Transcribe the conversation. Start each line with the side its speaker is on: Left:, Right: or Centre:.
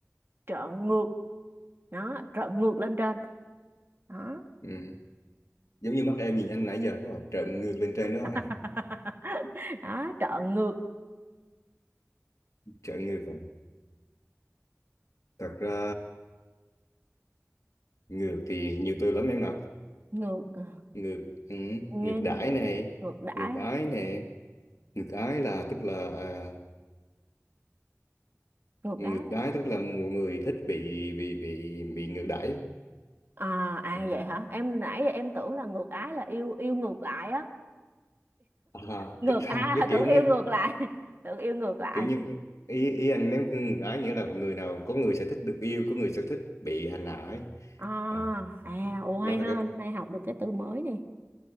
Right: trợn ngược, nó trợn ngược lên trên, đó,
Left: ừ. giống như mắt em nhìn anh nãy giờ nó là trợn ngược lên trên đó
Right: <laughs>
Left: rồi
Right: đó, trợn ngược,
Left: trợn ngược rồi thật ra ngược thì nhiều từ lắm em ạ
Right: ngược, ờ,
Left: ngược ừ,
Right: nghe
Left: ngược
Right: ngược,
Left: đãi này
Right: ngược đãi,
Left: ngược
Right: à?
Left: ái nè ngược ái là tức là à,
Right: ngược
Left: ngược
Right: ái.
Left: đãi tức là một người thích bị bị bị bị ngược đãi
Right: À, à
Left: Ừ.
Right: à, vậy hả? Em nãy giờ em tưởng là ngược ái là yêu, yêu ngược lại á.
Left: à,
Right: ngược
Left: tức là
Right: à
Left: <laughs> cái
Right: <laughs>
Left: kiểu
Right: tưởng yêu ngược lại <laughs> tưởng yêu ngược lại
Left: kiểu như ý ý anh nếu ngược ái nghĩa là một người nào có người sẽ thích được yêu có người sẽ thích bị hành hạ ấy.
Right: à
Left: À,
Right: à ồ hay
Left: đó là
Right: ha
Left: cái
Right: hôm nay học được cái từ mới nè